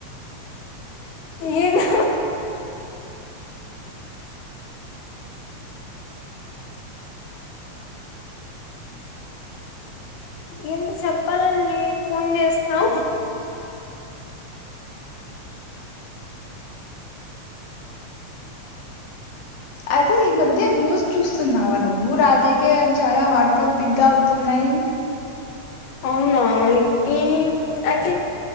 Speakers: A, on the left; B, on the left.
A: ఏను ఏం చెప్పాలని ఫోన్ చేసినావ్
B: అదే ఈ మధ్య న్యూస్ చూస్తున్నావ నువ్వు రాజకీయాలు చాల హాట్ టాపిక్గా అవుతున్నాయి
A: అవునా ఈ అంటే